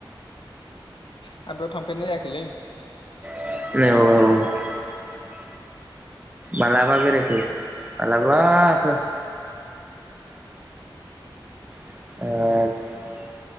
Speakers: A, on the left; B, on the right.
A: आं बेयाव थांफेरनाय जायाखैलै
B: औ औ मालाबा बेेराय फै मालाबाफोर ओ